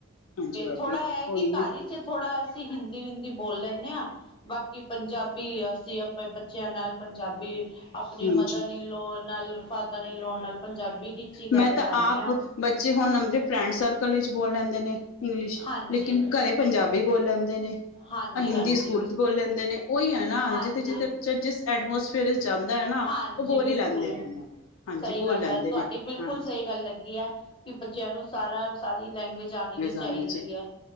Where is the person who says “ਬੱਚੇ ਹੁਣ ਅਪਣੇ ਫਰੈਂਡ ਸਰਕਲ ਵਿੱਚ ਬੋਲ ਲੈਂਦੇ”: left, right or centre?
Left